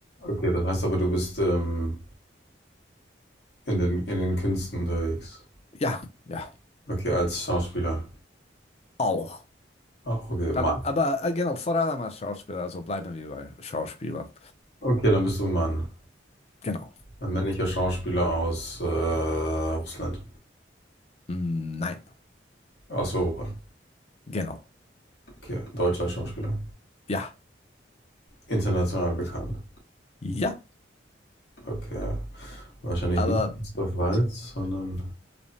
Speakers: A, on the left; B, on the left.
A: Okay, das heißt aber, du bist, ähm, In den, in den Künsten unterwegs.
B: Ja, ja,
A: Okay, als Schauspieler.
B: auch.
A: Ach, okay, Mann.
B: Ab- Aber äh, genau, vor allem als Schauspieler, also bleiben wir bei Schauspieler.
A: Okay, dann bist du ein Mann.
B: Genau.
A: Ein männlicher Schauspieler aus äh, Russland.
B: Hm, Nein,
A: Aus Europa.
B: genau.
A: Okay, deutscher Schauspieler.
B: Ja,
A: International bekannt.
B: ja,
A: Okay. Wahrscheinlich
B: aber
A: nicht Christoph Waltz, sondern